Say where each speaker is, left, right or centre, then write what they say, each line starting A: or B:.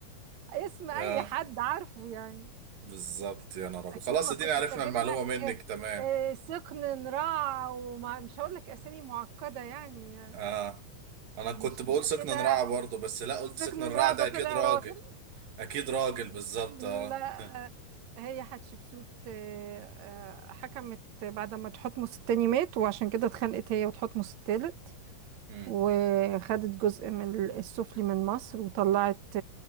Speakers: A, on the right; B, on the right.
A: اسم اي
B: اه
A: حد عارفه يعني
B: بالظبط يا نهار ابيض
A: اكيد
B: خلاص
A: ما
B: ادينا
A: كنتش
B: عرفنا
A: اجيب
B: المعلومه
A: لك
B: منك تمام
A: آه، سقن نراع وما مش هقول لك اسامي معقدة يعني
B: اه انا كنت
A: ماشي
B: بقول
A: يبقى
B: سكن
A: كده
B: الرعا برضه بس لا قلت
A: سقن
B: سكن
A: نراع
B: الرعا ده
A: ده
B: اكيد
A: طلع
B: راجل
A: راجل
B: اكيد راجل بالظبط
A: لا
B: اه <laughs>
A: آه، هي حتشبسوت آه، آه، حكمت بعد ما تحتمس التاني مات وعشان كده اتخانقت هي وتحتمس التالت
B: مم.
A: وخدت جزء من ال- السفلي من مصر وطلعت